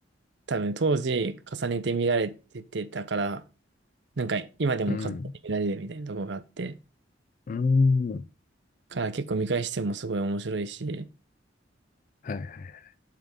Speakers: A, on the right; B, on the left.
A: 多分当時重ねて見られててたから、なんか今でも重ねて見られるみたいなとこがあって、
B: うん。うん。
A: から結構見返してもすごい面白いし、
B: はいはい。